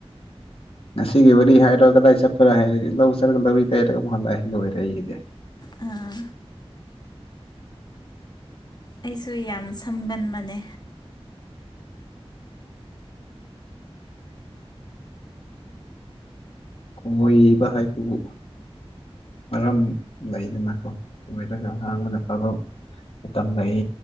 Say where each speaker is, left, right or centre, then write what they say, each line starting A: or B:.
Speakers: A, on the left; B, on the left.
A: ꯉꯁꯤꯒꯤ ꯋꯥꯔꯤ ꯍꯥꯏꯔꯣ ꯀꯗꯥꯏ ꯆꯠꯄ꯭ꯔꯥ ꯍꯥꯏꯔꯗꯤ ꯂꯧ ꯆꯠꯂꯒ ꯂꯧꯔꯤ ꯇꯩꯔꯒ ꯑꯃꯨꯛ ꯍꯥꯜꯂꯛꯑꯦ ꯂꯣꯏꯔꯦ ꯑꯩꯒꯤꯗꯤ
B: ꯑꯥ ꯑꯩꯁꯨ ꯌꯥꯝ ꯁꯝꯒꯟꯕꯅꯦ
A: ꯀꯣꯏꯕ ꯍꯥꯏꯕꯕꯨ ꯃꯔꯝ ꯂꯩꯗꯅꯀꯣ ꯀꯣꯏꯔꯒ ꯉꯥꯡꯕꯅ ꯐꯕ ꯃꯇꯝ ꯂꯩ